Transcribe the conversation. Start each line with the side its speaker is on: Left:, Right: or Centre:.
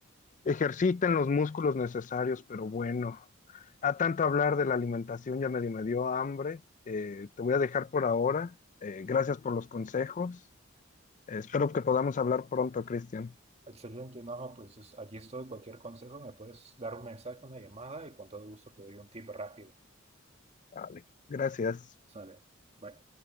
Left: Ejerciten los músculos necesarios, pero bueno, a tanto hablar de la alimentación ya medio me dio hambre. Eh, te voy a dejar por ahora. Eh, gracias por los consejos. Eh, espero que podamos hablar pronto, Cristian.
Right: Excelente, no, pues es- aquí estoy. Cualquier consejo me puedes dar un mensaje, una llamada y con todo gusto te doy un tip rápido.
Left: Vale. Gracias.
Right: Sale. Bye.